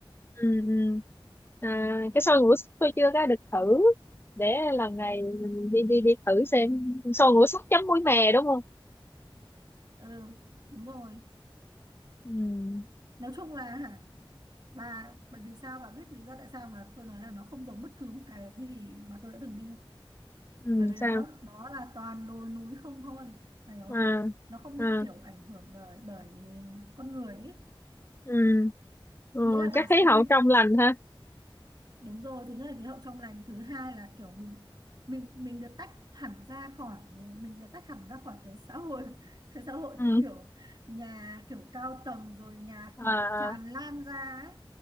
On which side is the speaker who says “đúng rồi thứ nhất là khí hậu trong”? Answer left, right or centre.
Right